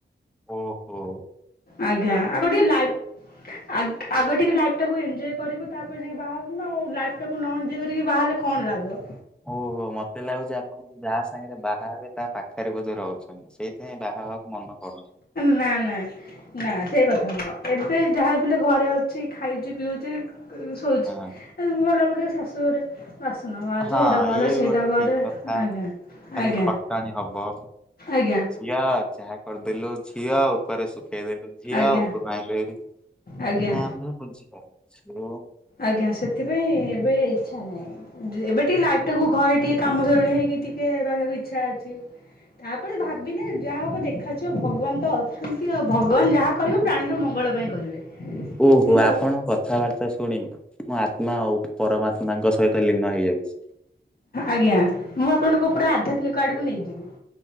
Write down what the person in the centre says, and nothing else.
ଓ ହୋ।
ଓହୋ ମତେ ଲାଗୁଛି ଆପଣ ଯୋଉ ଯାହା ସାଙ୍ଗରେ ବାହାହେବେ ତା ପାଖରେ ବୋଧେ ରହୁଛନ୍ତି ସେଇଥିପାଇଁ ବାହା ହେବାକୁ ମନ କରୁନା
ହଁ
ହଁ
ଇଏ ବି
ଗୋଟେ
ଠିକ କଥା
ଖାଲି
ଖଟଣି ହବ
ଝିଅ ଚାହା କରିଦେଲୁ ଝିଅ ଉପରେ ଶୁଖେଇଦେଲୁ ଝିଅ
ଉପରୁ ଆଇଁଲୁ ହେରି
ହଁ ମୁଁ ବୁଝିପାରୁଛି।
ହଉ।
ଓହୋ
ଆପଣ କଥାବାର୍ତ୍ତା ଶୁଣି ମୋ ଆତ୍ମା ଆଉ ପରମାତ୍ମାଙ୍କ ସହିତ ଲୀନ ହେ ହେଇଯାଉଛି